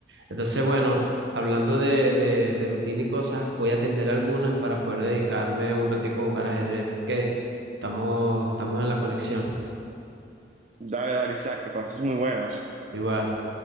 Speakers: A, on the right; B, on the right.
A: Entonces, bueno, hablando de, de, de rutina y cosas, voy a atender algunas para poder dedicarme un ratico a jugar ajedrez. Ok, estamos, estamos en la conexión.
B: Dale, dale, Isaac, que pases muy buenas.
A: Igual.